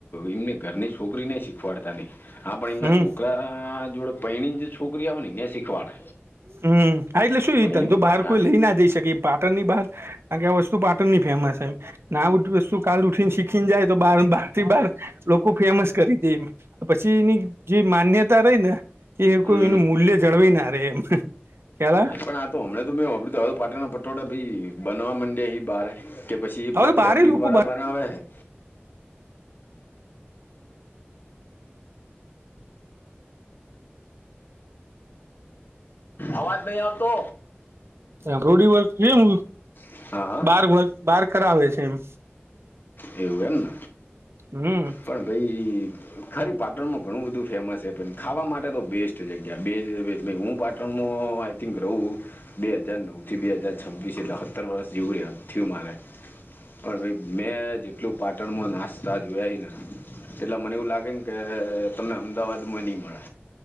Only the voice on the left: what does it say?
એની ઘરની છોકરીને શીખવાડતા નહીં હ પણ એમના
છોકરા જોડે પૈણી જે છોકરી આવે ને એને શીખવાડે
પણ
એને
હા
હમ
પણ આ તો અમેં તો મેં હામળયું હે તો પાટણ ના પટોળા ભાઈ બનવા માંડે અહી બારે કે પછી
એ પેલા
ફેબ્રિક
વાળા બનાવે હે અવાજ નહી આવતો
હા હા
એવું એમને
પણ ભાઈ ખરી પાટણ માં ઘણું બધું ફેમસ છે પણ ખાવા માટે તો બેસ્ટ જગ્યા બે હુંટ પણ <unintelligible> આઈ થિંક રહવું બે હાજાર નવ થી બે હાજાર છવ્વીસ એટલે સત્તર વર્ષ જેવું થયું મારે પણ ભાઈ મેં જેટલું પાટણમાં નાસ્તા જોયા હેને એટલે મને એવું લાગે ને કે તમને અમદાવાદમાં નઈ મળે